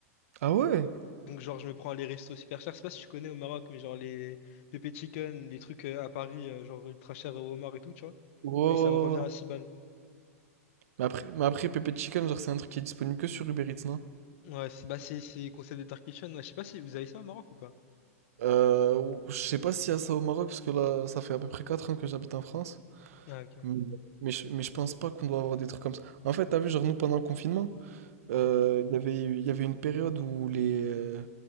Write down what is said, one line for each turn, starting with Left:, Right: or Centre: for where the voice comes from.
Right: Ah ouais?
Left: Donc, genre, je me prends les restos super chers. Je sais pas si tu connais au Maroc, mais genre les pépé chicken, les trucs euh, à Paris, euh, genre ultra chers au homard et tout, tu vois.
Right: Ouais,
Left: Et
Right: ouais,
Left: ça me revient
Right: ouais, ouais.
Left: à six balles.
Right: Mais après, mais après Pepe Chicken, genre, c'est un truc qui est disponible que sur Uber Eats, non?
Left: Ouais, c'est bah, c'est c'est concept de Dark Kitchen. Ouais, je sais pas si vous avez ça au Maroc ou pas.
Right: Euh, ou- je sais pas s'il y a ça au Maroc, parce que là, ça fait à peu près 4 ans que j'habite en France.
Left: Ah, ok.
Right: Mais, mais, je, mais je pense pas qu'on doit avoir des trucs comme ça. En fait, t'as vu, genre, nous, pendant le confinement, Euh,
Left: Hmm.
Right: Il y avait, il y avait une période où les, euh,